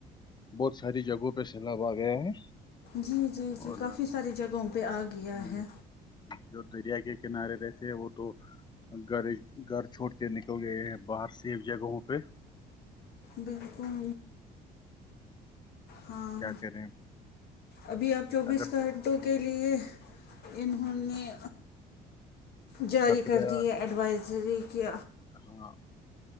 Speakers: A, on the left (about 25°); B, on the left (about 70°).
A: بہت ساری جگہوں پہ سیلاب آ گیا ہے
B: جی جی جی
A: اور
B: کافی ساری جگہوں پہ آ گیا
A: ہم،
B: ہے
A: جو دریا کے کنارے رہتے وہ تو گھر گھر چھوڑ کے نکل گئے ہیں باہر سے جگہوں پہ
B: بالکل ہاں
A: کیا کریں
B: ابھی آپ چوبیس
A: اگر
B: گھنٹوں کے لیے انہوں نے جاری
A: خطرہ
B: کر دی ہے ایڈوائزری کہ
A: ہاں